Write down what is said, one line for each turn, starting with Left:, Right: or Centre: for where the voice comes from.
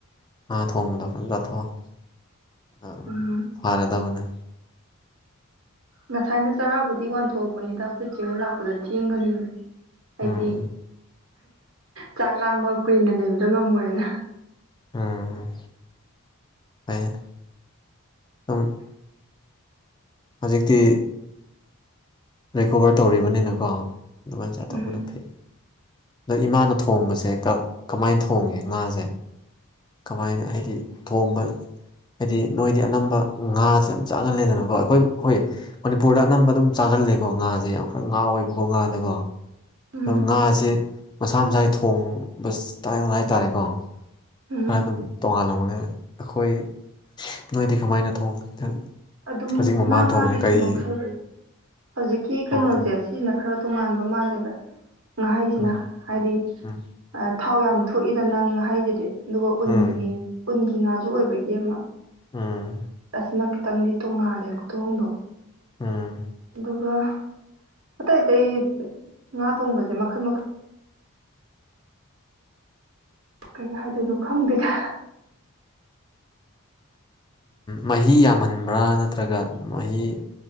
Left: ꯉꯥ ꯊꯣꯡꯕꯗꯣ ꯐꯖ ꯆꯠꯊꯣꯛ ꯑ ꯑꯗꯨꯝ
Right: ꯎꯝ
Left: ꯐꯔꯗꯕꯅꯦ
Right: ꯉꯁꯥꯏꯅ ꯆꯔꯥꯕꯨꯗꯤ ꯋꯥꯟꯊꯣꯛꯄꯅꯤꯗ ꯈꯨꯠꯁꯦ ꯍꯣꯏ ꯂꯥꯛꯄꯗ ꯊꯦꯡꯒꯅꯤꯅ ꯍꯥꯏꯗꯤ
Left: ꯎꯝ
Right: ꯆꯥꯛꯂꯥ ꯑꯃ ꯀꯨꯏꯅ ꯂꯩꯕꯗꯣ ꯉꯝꯃꯣꯏꯅ
Left: ꯎꯝ ꯐꯩꯌꯦ ꯑꯗꯨꯝ ꯍꯧꯖꯤꯛꯇꯤ ꯔꯤꯀꯣꯕꯔ ꯇꯧꯔꯤꯕꯅꯤꯅꯀꯣ ꯑꯗꯨꯃꯥꯏꯅ ꯆꯥꯇꯧꯕꯗꯣ
Right: ꯎꯝ
Left: ꯐꯩ ꯑꯗ ꯏꯃꯥꯅ ꯊꯣꯡꯕꯁꯦ ꯀꯃꯥꯏꯅ ꯊꯣꯡꯉꯦ ꯉꯥꯁꯦ ꯀꯃꯥꯏꯅ ꯍꯥꯏꯗꯤ ꯊꯣꯡꯕ ꯍꯥꯏꯗꯤ ꯅꯣꯏꯗꯤ ꯑꯅꯝꯕ ꯉꯥꯁꯦ ꯌꯥꯝ ꯆꯥꯒꯜꯂꯦꯗꯅꯀꯣ ꯑꯩꯈꯣꯏ ꯍꯣꯏ ꯃꯅꯤꯄꯨꯔꯗ ꯑꯅꯝꯕ ꯑꯗꯨꯝ ꯆꯥꯒꯜꯂꯦꯀꯣ ꯉꯥꯁꯦ ꯌꯥꯝ ꯈꯔ ꯉꯥꯎꯋꯦꯕꯀꯣ ꯉꯥꯗꯀꯣ
Right: ꯎꯝ
Left: ꯑꯗꯣ ꯉꯥꯁꯦ ꯃꯁꯥ ꯃꯁꯥꯒꯤ ꯊꯣꯡꯕ ꯏꯁꯇꯥꯏꯜ ꯍꯥꯏꯇꯥꯔꯦꯀꯣ
Right: ꯎꯝ
Left: ꯈꯔ ꯑꯗꯨꯝ ꯇꯣꯉꯥꯟꯂꯝꯧꯕꯅꯦ ꯑꯩꯈꯣꯏ ꯅꯣꯏꯗꯤ ꯀꯃꯥꯏꯅ ꯊꯣꯡ
Right: ꯑꯗꯨꯝ
Left: ꯍꯧꯖꯤꯛ ꯃꯃꯥꯟ
Right: ꯉꯥ ꯉꯥꯒꯤꯁꯨ
Left: ꯊꯣꯡꯁꯦ ꯀꯩ
Right: ꯃꯈꯜ ꯍꯧꯖꯤꯛꯀꯤ ꯀꯩꯅꯣꯁꯦ
Left: ꯑꯥ
Right: ꯁꯤꯁꯤꯅ ꯈꯔ ꯇꯣꯉꯥꯟꯕ ꯃꯥꯜꯂꯦꯕ ꯉꯥꯍꯩꯁꯤꯅ
Left: ꯎꯝ
Right: ꯍꯥꯏꯗꯤ
Left: ꯎꯝ
Right: ꯊꯥꯎ ꯌꯥꯝ ꯊꯣꯛꯏꯗꯅꯪ ꯉꯥꯍꯩꯁꯤꯗꯤ ꯑꯗꯨꯒ ꯎꯟꯒꯤ
Left: ꯎꯝ
Right: ꯎꯟꯒꯤ ꯉꯥꯁꯨ ꯑꯣꯏꯕꯒꯤ ꯑꯃ
Left: ꯎꯝ
Right: ꯑꯁꯤꯅ ꯈꯤꯇꯪꯗꯤ ꯇꯣꯡꯉꯥꯜꯂꯦ ꯈꯨꯊꯣꯡꯗꯣ
Left: ꯎꯝ
Right: ꯑꯗꯨꯒ ꯑꯇꯩ ꯑꯇꯩ ꯉꯥ ꯊꯣꯡꯕꯁꯦ ꯃꯈꯜ ꯃꯈꯜ ꯀꯩ ꯍꯥꯏꯗꯣꯏꯅꯣ ꯈꯪꯗꯦꯗ
Left: ꯃꯍꯤ ꯌꯥꯝꯍꯟꯕ꯭ꯔꯥ ꯅꯠꯇ꯭ꯔꯒ ꯃꯍꯤ